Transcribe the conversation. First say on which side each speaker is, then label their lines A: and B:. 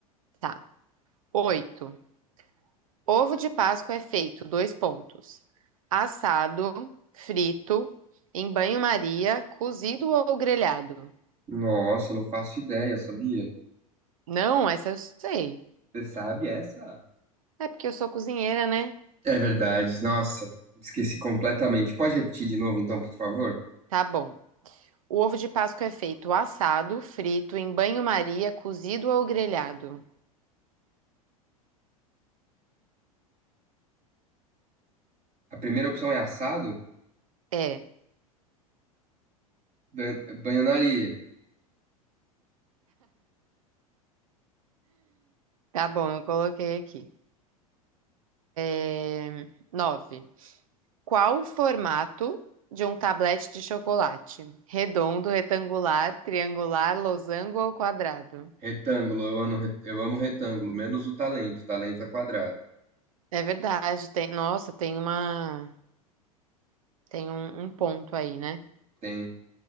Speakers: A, on the right; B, on the right.
A: Tá. Oito. Ovo de Páscoa é feito, dois pontos. Assado, frito, em banho-maria, cozido ou grelhado?
B: Nossa, não faço ideia, sabia?
A: Não, essa eu sei.
B: Você sabe essa?
A: É porque eu sou cozinheira, né?
B: É verdade. Nossa, esqueci completamente. Pode repetir de novo, então, por favor?
A: Tá bom. O ovo de Páscoa é feito assado, frito, em banho-maria, cozido ou grelhado?
B: A primeira opção é assado?
A: É.
B: Dan- Bananaria.
A: Tá bom, eu coloquei aqui. É, Nove. Qual o formato de um tablete de chocolate? Redondo, retangular, triangular, losango ou quadrado?
B: Retângulo, eu amo, re- eu amo retângulo, menos o talento. Talento é quadrado.
A: É verdade, tem, nossa, tem uma, tem um, um ponto aí, né?
B: Tem.